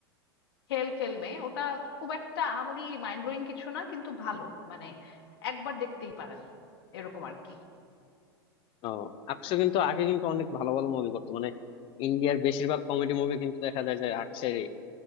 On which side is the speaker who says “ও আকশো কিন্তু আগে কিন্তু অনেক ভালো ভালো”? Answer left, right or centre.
Left